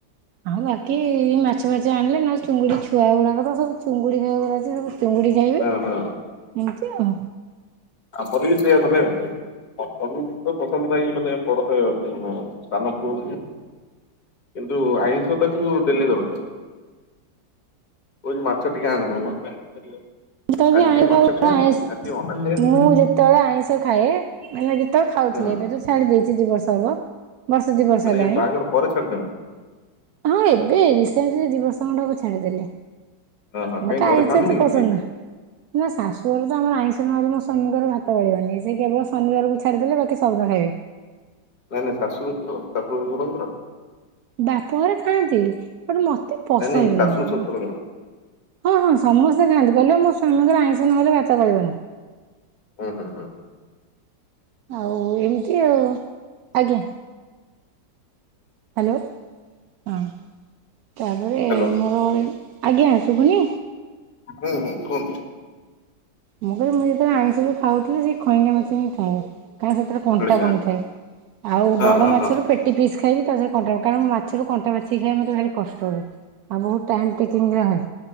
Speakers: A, on the right (about 70°); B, on the left (about 55°).
A: ଆଉ ବାକି ମାଛ ଫାଛ ଆଣିଲେ ନହଲେ ଚୁଙ୍ଗୁଡି ଛୁଆ ଗୁଡାକ ତ ସବୁ ଚୁଙ୍ଗୁଡି ଖୁଆ ଗୁଡା ଅଛି ସବୁ ଚିଙ୍ଗୁଡି ଖାଇବେ
B: ହଁ
A: ଏମିତି
B: ହଁ।
A: ଆଉ।
B: ଆମର ବି ସେଇଆ ମାନେ <unintelligible> ତ ପସନ୍ଦ ନାହିଁ ମାନେ ବଡ ଖାଇବା ପାଇଁ ମୋର ସାନ ପୁଅ କୁ ଦିଏ। କିନ୍ତୁ ଆଇଁଷ ତାକୁ ଡେଲି ଦରକାର। କହୁଚି ମାଛ ଟିକେ ଆଣିଦଉନ। ଆଜି
A: ଯେତେବେଳେ ବି ଆଇଁ
B: ଟିକେ
A: ଖାଉ
B: ମାଛ ଖାଇବାନି
A: ଆଇଁଷ
B: ଆଜି ଅଣ୍ଡା ଖାଇବାନି
A: ମୁଁ ଯେତେବେଳେ ଆଇଁଷ ଖାଏ ମାନେ ଯେତେବେଳେ ଖାଉଥିଲି
B: ହଁ
A: ଏବେ ତ ଛାଡି ଦେଇଛି ଦି ବର୍ଷ ହବ ବର୍ଷେ ଦି ବର୍ଷ
B: ମାନେ
A: ହେଲାଣି
B: ଏ ବାହାଘର ପରେ ଛାଡିଛନ୍ତି?
A: ହଁ ଏବେ ରିସେଣ୍ଟ ଦି ବର୍ଷ ଖଣ୍ଡେ ହବ ଛାଡିଦେଲି।
B: ହଁ ହଁ କାଇଁ
A: ମତେ ଆଇଁଷ
B: ଘରେ ଖାଆନ୍ତିନି
A: ଏତେ
B: କି
A: ପସନ୍ଦ
B: କିଏ
A: ନା ନା ଶାଶୁର ତ ଆମର ଆଇଁଷ ନହେଲେ ମୋ ସ୍ୱାମୀଙ୍କର ଭାତ ଗଳିବନି ସେ କେବଳ ଶନିବାରକୁ ଛାଡିଦଲେ ବାକି ସବୁ ଭାଇ
B: ନାଇ ନାଇଁ, ଶାଶୁ ଶଶୁର, ଶାଶୁଶଶୁରଙ୍କର
A: ବାପ ଘରେ ଖାଆନ୍ତି, ମତେ ପସନ୍ଦ
B: ନାଇଁ ନାଇଁ ଶାଶୁ
A: ନୁହଁ।
B: ଶଶୁରଙ୍କର
A: ହଁ ହଁ ସମସ୍ତେ ଖାନ୍ତି କହିଲି, ମୋ ସ୍ଵାମୀଙ୍କର ଆଇଁଷ ନହେଲେ ଭାତ ଗଳିବନି।
B: ହଁ ହୁଁ ହଁ
A: ଆଉ ଏମିତି ଆଉ ଆଜ୍ଞା ହାଲୋ ହଁ ତାପରେ
B: ହ୍ୟାଲୋ
A: ମୋର ଆଜ୍ଞା, ଶୁବୁନି
B: ହୁଁ ହୁଁ କୁହନ୍ତୁ
A: ମୁଁ କହିଲି, ମୁଁ ଯେତେବେଳେ ଆଇଁଷ ବି ଖାଉଥିଲି, ସେ ଖଇଙ୍ଗା ମାଛ ହିଁ ଖାଏ, କାହିଁକ-ସେଥିରେ କଣ୍ଟା
B: ଆଚ୍ଛା
A: କମ ଥାଏ। ଆଉ
B: ହଁ
A: ବଡ
B: ହଁ
A: ମାଛ
B: ହଁ
A: ର ପେଟି ପିସ୍ ଖାଏ। କଣ୍ଟା କାରଣ ମାଛରୁ କଣ୍ଟା ବାଛି ଖାଏ ମତେ ଭରି କଷ୍ଟ ହୁଏ ଆଉ ବହୁତ ଟାଇମ ଟେକିଙ୍ଗ ହୁଏ।